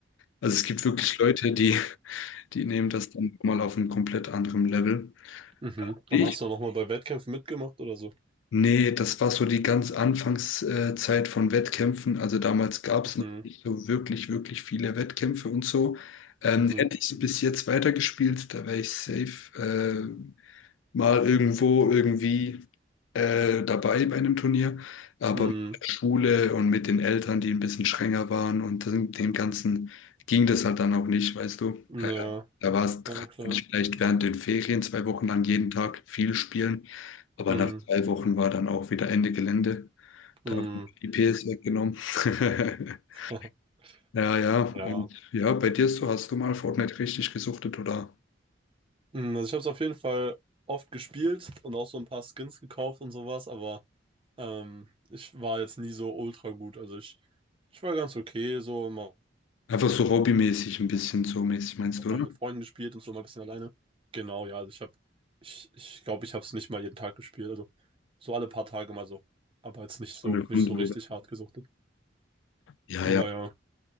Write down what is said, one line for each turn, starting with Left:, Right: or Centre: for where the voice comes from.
Left: Also es gibt wirklich Leute, die, die nehmen das dann mal auf einem komplett anderen Level.
Right: Mhm.
Left: Ich?
Right: Aber hast du auch noch mal bei Wettkämpfen mitgemacht oder so?
Left: Nee, das war so die ganz Anfangszeit von Wettkämpfen. Also damals gab
Right: Mhm.
Left: es noch nicht so wirklich, wirklich viele Wettkämpfe und so. Ähm,
Right: Mhm.
Left: hätte ich so bis jetzt weitergespielt, da wäre ich safe. äh, mal irgendwo irgendwie äh, dabei bei einem Turnier, aber
Right: Mhm.
Left: mit der Schule und mit den Eltern, die ein bisschen strenger waren und dem dem Ganzen ging das halt dann auch nicht, weißt du.
Right: Ja,
Left: Äh, da war es, kann
Right: na klar.
Left: ich vielleicht während den Ferien zwei Wochen lang jeden Tag viel spielen, aber
Right: Mhm.
Left: nach zwei Wochen war dann auch wieder Ende Gelände. Da
Right: Mhm.
Left: haben die I PS weggenommen. <laughs>
Right: <laughs>
Left: Ja, ja, und
Right: Ja.
Left: ja, bei dir so, hast du mal Fortnite richtig gesuchtet oder
Right: Mm, Also ich habe es auf jeden Fall oft gespielt und auch so ein paar Skins gekauft und sowas, aber ähm, ich war jetzt nie so ultra gut. Also ich, ich war ganz okay, so mal,
Left: einfach so hobbymäßig ein bisschen so mäßig, meinst
Right: hat
Left: du,
Right: mal
Left: oder?
Right: mit Freunden gespielt und so mal ein bisschen alleine. Genau, ja, also ich habe, ich, ich glaube, ich habe es nicht mal jeden Tag gespielt, also so alle paar Tage mal so, aber jetzt nicht so,
Left: von der Konsole.
Right: nicht so richtig hart gesuchtet.
Left: Ja,
Right: Aber
Left: ja.
Right: ja,